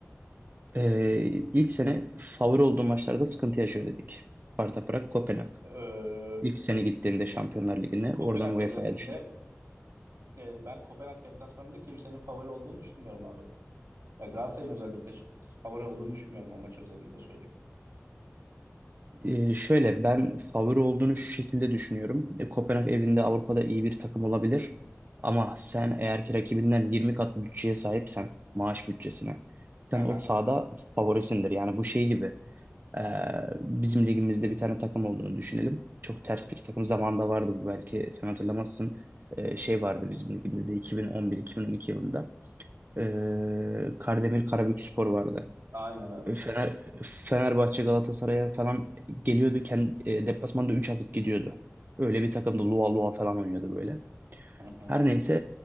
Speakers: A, on the right (about 40°); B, on the right (about 70°).
A: Ee, ilk sene favori olduğu maçlarda sıkıntı yaşıyor dedik. Sparta Prag, Kopenhag.
B: Ee,
A: İlk sene gittiğinde Şampiyonlar Ligi'ne
B: Kopenhag
A: oradan UEFA'ya
B: özelinde
A: düştü.
B: e, ben Kopenhag deplasmanında kimsenin favori olduğunu düşünmüyorum abi. Ya Galatasaray'ın özellikle sp- favori olduğunu düşünmüyorum o maç özelinde söyleyeyim.
A: Ee, şöyle ben favori olduğunu şu şekilde düşünüyorum. E, Kopenhag evinde Avrupa'da iyi bir takım olabilir. Ama sen eğer ki rakibinden 20 kat bütçeye sahipsen, maaş bütçesine, sen
B: Haha.
A: o sahada favorisindir. Yani bu şey gibi. Ee, bizim ligimizde bir tane takım olduğunu düşünelim. Çok ters bir takım zamanında vardı bu belki sen hatırlamazsın. Ee, şey vardı bizim ligimizde 2011-2012 yılında. Ee, Kardemir Karabükspor vardı.
B: Aynen abi.
A: Ee, Fener, Fenerbahçe Galatasaray'a falan geliyordu. Kendi, deplasmanda 3 atıp gidiyordu. Öyle bir takımda Lua Lua falan oynuyordu böyle.
B: Hı hı.
A: Her neyse